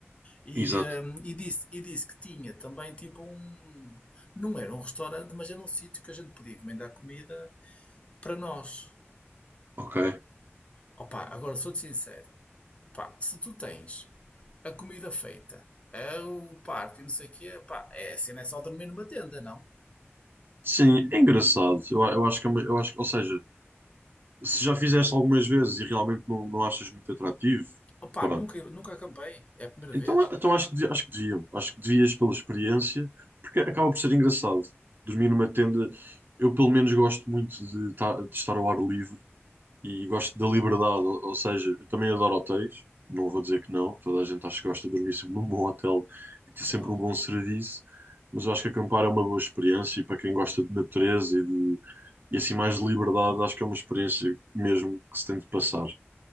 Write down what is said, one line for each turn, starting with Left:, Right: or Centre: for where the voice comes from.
Left: e,
Right: Exato.
Left: hum, e disse, e disse que tinha também tipo um. Não era um restaurante, mas era um sítio que a gente podia encomendar comida para nós.
Right: Ok.
Left: Opa, agora sou-te sincero. Pá, se tu tens a comida feita, é o parque, não sei o quê, pá, é assim, não é só dormir numa tenda, não?
Right: Sim, é engraçado. Eu, eu acho que é uma- eu acho, que- ou seja, se já fizeste algumas vezes e realmente não, não achas muito atrativo,
Left: Opa,
Right: pronto.
Left: nunca, nunca acampei. É a primeira
Right: Então,
Left: vez.
Right: a- então acho que, devia- acho que deviam. Acho que devias pela experiência, porque acaba por ser engraçado. Dormir numa tenda, eu pelo menos gosto muito de, ta- de estar ao ar livre e gosto da liberdade, ou, ou seja, eu também adoro hotéis, não vou dizer que não, toda a gente acho que gosta de dormir sempre num bom hotel e ter
Left: Claro.
Right: sempre um bom serviço, mas eu acho que acampar é uma boa experiência e para quem gosta de natureza e de e assim mais de liberdade, acho que é uma experiência mesmo que se tem de passar.